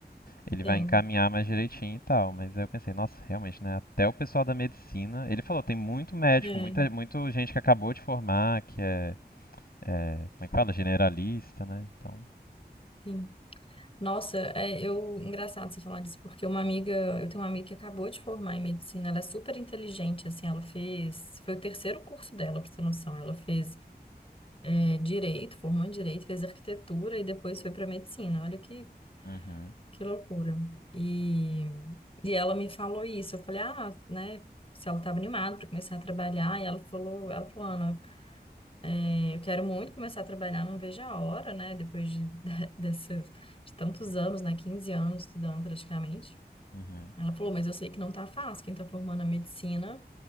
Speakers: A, on the left; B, on the left.
A: ele
B: sim.
A: vai encaminhar mais direitinho e tal. Mas aí eu pensei, nossa, realmente, né? Até o pessoal da medicina, ele falou, tem muito médico,
B: É,
A: muita, muito gente que acabou de formar, que é é, como é que fala? Generalista, né? Então.
B: sim. Nossa, é, eu engraçado você falar disso, porque uma amiga, eu tenho uma amiga que acabou de formar em medicina, ela é super inteligente, assim, ela fez, foi o terceiro curso dela, pra você ter noção, ela fez é, direito, formou em direito, fez arquitetura e depois foi para medicina. Olha que
A: Uhum,
B: Que loucura. E, e ela me falou isso. Eu falei, ah, né? Se ela estava animada para começar a trabalhar, e ela falou, ela falou, Ana, eh, eu quero muito começar a trabalhar, não vejo a hora, né? Depois de, <laughs> de, dessas, de tantos anos, né? 15 anos estudando praticamente.
A: uhum,
B: Ela falou, mas eu sei que não tá fácil. Quem tá formando a medicina